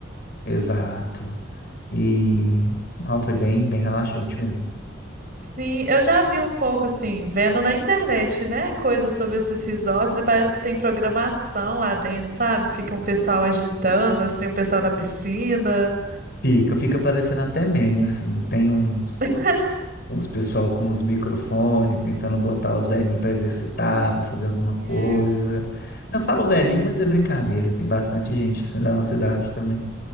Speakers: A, on the left; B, on the right.
A: Exato. E ó, foi bem, bem relaxante mesmo.
B: Sim, eu já vi um pouco assim, vendo na internet, né? Coisas sobre esses resorts e parece que tem programação lá dentro, sabe? Fica um pessoal agitando, assim, o pessoal na piscina.
A: Fica, fica parecendo até meme, assim. Tem uns,
B: <laughs>
A: uns pessoal com os microfones tentando botar os velhinhos para exercitar, para fazer alguma
B: Isso.
A: coisa. Não falo velhinho, mas é brincadeira. Tem bastante gente assim da nossa idade também.